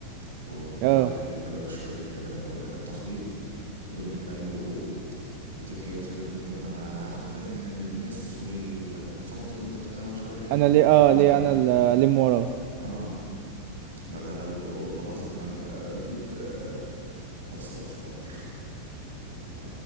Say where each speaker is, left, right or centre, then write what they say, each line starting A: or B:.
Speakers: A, on the right (about 70°); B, on the right (about 45°).
A: وقعدوا
B: اه
A: يتكلموا كده شوية كلام تخبيط ودومينيك قال له يتك كير اوف هيم قال له انا هاخد بالي من المس والفوضى اللي انت بتعملها ومش عارف ايه
B: انا ليه اه
A: وده
B: ليه انا اللي الم وراه
A: اه بعدها قال له بهزر يا عم اكيد آه، هتصرف في الامر ف